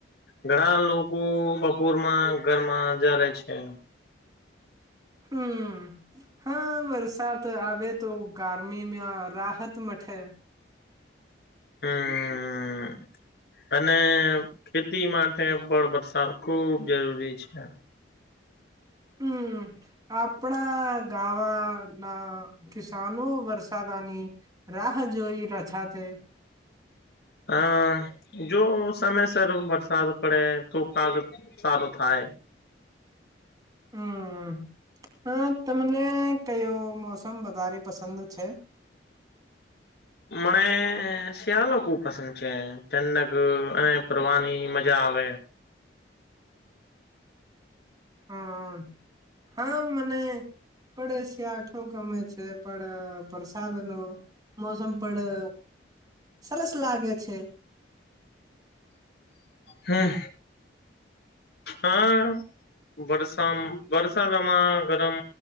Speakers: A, on the left (about 60°); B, on the right (about 20°).
A: ઘણ લોકો બપોરમાં ઘરમાં જ રહે છે.
B: હમ્મ હા વર્ષ આવે તો ગ ી રાહત મઠે
A: હમ અને ખેતી માટે પણ વરસાદ ખુબ જરૂરી છે.
B: હમ આપણા ગાવા ના કિસાનો વરસાદની રાહ જોઈ રછા છે.
A: હમ જો સમયસર વરસાદ પડે તો પાક સારો થાય.
B: હમ હા તમને કયો મોસમ વધારે પસંદ છે.
A: મને શિયાળો ખુબ પસંદ છે જન્નક અને ફરવાની મજા આવે.
B: હમ હા મને પડે શિયાઠો ગમે છે પણ વરસાદ ન મોસમ પણ સરસ લાગે છે.
A: હમ્મ. હા વરષા વરષામાં. ગમ